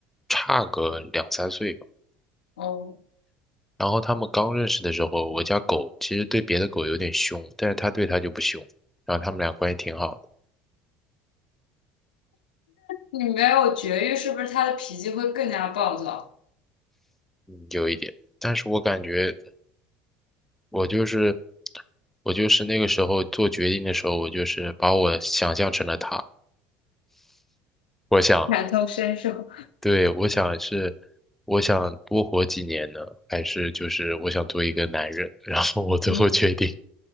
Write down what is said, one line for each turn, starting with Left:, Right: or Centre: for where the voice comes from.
Centre: 差个两三岁吧。
Left: 哦，
Centre: 然后他们刚认识的时候，我家狗其实对别的狗有点凶，但是它对它就不凶。然后他们俩关系挺好的，
Left: 你没有绝育，是不是他的脾气会更加暴躁？
Centre: 嗯，有一点。但是我感觉我就是我就是那个时候做决定的时候，我就是把我想象成了它。我想，
Left: 感同身受？
Centre: 对，我想是我想多活几年呢，还是就是我想做一个男人？然后我最后决定
Left: 嗯，